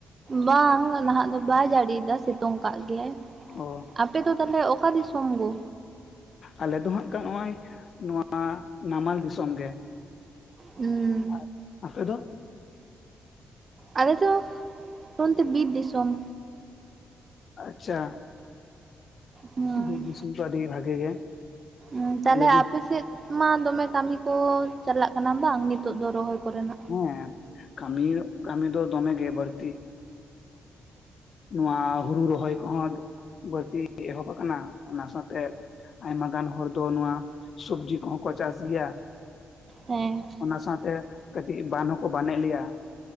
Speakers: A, on the right; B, on the left.
A: ᱵᱟᱝ ᱱᱟᱦᱟᱜ ᱫᱚ ᱵᱟᱭ ᱡᱟᱹᱲᱤᱭᱮᱫᱟ ᱥᱤᱛᱩᱝ ᱠᱟᱜ ᱜᱮᱭᱟᱭ᱾
B: ᱚ᱾
A: ᱟᱯᱮ ᱫᱚ ᱛᱟᱞᱦᱮ ᱚᱠᱟ ᱫᱤᱥᱚᱢ ᱜᱳ᱾
B: ᱟᱞᱮ ᱫᱚ ᱦᱟᱸᱜ ᱠᱷᱟᱱ ᱱᱚᱜᱼᱚᱭ ᱱᱚᱣᱟ ᱱᱟᱢᱟᱞ ᱫᱤᱥᱚᱢ ᱜᱮ᱾
A: ᱩᱸ᱾
B: ᱟᱨ ᱟᱯᱮ ᱫᱚ?
A: ᱟᱞᱮ ᱫᱚ ᱚᱱᱛᱮ ᱵᱤᱨ ᱫᱤᱥᱚᱢ᱾
B: ᱟᱪᱪᱷᱟ,
A: ᱦᱩᱸ
B: ᱵᱤᱨ ᱫᱤᱥᱚᱢ ᱫᱚ ᱟᱹᱰᱤ ᱵᱷᱟᱜᱮ ᱜᱮ᱾
A: ᱩᱸ ᱛᱟᱞᱦᱮ
B: ᱟᱞᱮ ᱫᱚ
A: ᱟᱯᱮ ᱥᱮᱫ ᱢᱟ ᱫᱚᱢᱮ ᱠᱟᱹᱢᱤ ᱠᱚ ᱪᱟᱞᱟᱜ ᱠᱟᱱᱟ ᱵᱟᱝ ᱱᱤᱛᱚᱜ ᱫᱚ ᱨᱚᱦᱚᱭ ᱠᱚᱨᱮᱱᱟᱜ?
B: ᱦᱮᱸ ᱠᱟᱹᱢᱤ ᱠᱟᱹᱢᱤ ᱫᱚ ᱫᱚᱢᱮ ᱜᱮ ᱵᱟᱹᱲᱛᱤ <inaudible> ᱱᱚᱣᱟ ᱦᱩᱲᱩ ᱨᱚᱦᱚᱭ ᱠᱚᱦᱚᱸ ᱵᱟᱹᱲᱛᱤ ᱮᱦᱚᱵ ᱟᱠᱟᱱᱟ ᱚᱱᱟ ᱥᱟᱶᱛᱮ ᱟᱭᱢᱟ ᱜᱟᱱ ᱦᱚᱲ ᱫᱚ ᱱᱚᱣᱟ ᱥᱚᱵᱡᱤ ᱠᱚᱦᱚᱸ ᱠᱚ ᱪᱟᱥ ᱜᱮᱭᱟ᱾
A: ᱦᱮᱸ᱾
B: ᱚᱱᱟ ᱥᱟᱶᱛᱮ ᱠᱟᱹᱴᱤᱡ ᱵᱟᱱ ᱦᱚᱸᱠᱚ ᱵᱟᱱᱮᱫ ᱞᱮᱭᱟ,